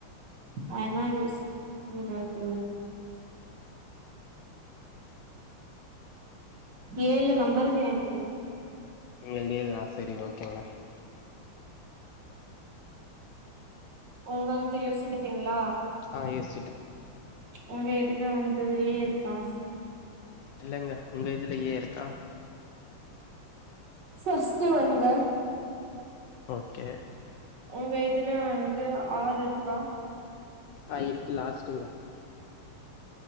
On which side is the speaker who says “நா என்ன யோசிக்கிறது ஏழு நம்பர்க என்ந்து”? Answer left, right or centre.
Right